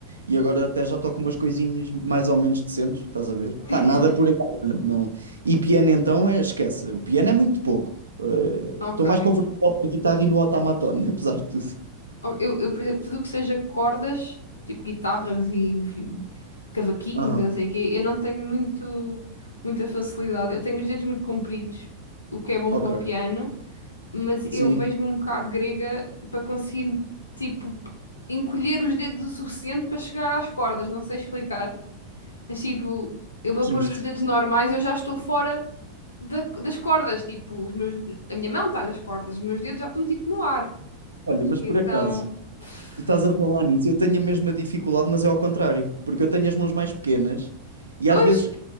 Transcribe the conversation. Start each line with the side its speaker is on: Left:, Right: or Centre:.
Right: E agora até já toco umas coisinhas mais ou menos decentes, estás a ver?
Left: <laughs>
Right: Pá, nada por aí. além, Não. E piano então, é- esquece. O piano é muito pouco. Eh,
Left: ok.
Right: Estou mais confortável com a guitarra e no automaton, <laughs> apesar de tudo.
Left: Ou Eu, eu, por exemplo, tudo o que seja cordas, tipo guitarras e vi- cavaquinhos
Right: Aham,
Left: e não sei o quê, eu não tenho muito, muita facilidade. Eu tenho os dedos muito compridos, o que é bom
Right: ok.
Left: para o piano, mas
Right: Sim,
Left: eu vejo-me um bocado grega para conseguir, tipo, p- encolher os dedos o suficiente para chegar às cordas. Não sei explicar. Mas, tipo, eu vou
Right: justo.
Left: pôr os dedos normais, eu já estou fora da- das cordas. Tipo, os meus, a minha mão está nas cordas, os meus dedos já estão, tipo, no ar.
Right: Olha, mas
Left: E
Right: por
Left: então.
Right: acaso,
Left: <sighs>
Right: tu estás a falar nisso, eu tenho a mesma dificuldade, mas é ao contrário, porque eu tenho as mãos mais pequenas e
Left: Pois,
Right: às vezes